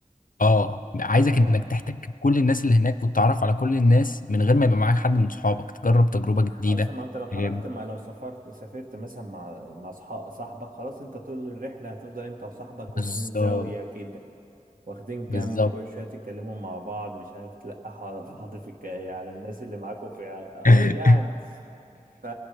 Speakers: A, on the left; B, on the right.
A: اه عايزك
B: اه
A: انك تحتك كل الناس اللي هناك وتتعرف على كل الناس من غير ما يبقى معاك حد من صحابك تجرب تجربة جديدة
B: اصلا ما انت لو خرجت
A: إيه،
B: ما لو سافرت سافرت مثلا مع مع صح- صاحبك خلاص انت طول الرحله هتفضل انت وصاحبك واخدين
A: بالظبط
B: زاويه كده واخدين جنب
A: بالظبط
B: كل شويه تتكلموا مع بعض مش عارف تلقحوا على بعض في الك... على الناس اللي معاكم في آه،
A: <laughs>
B: يعني فا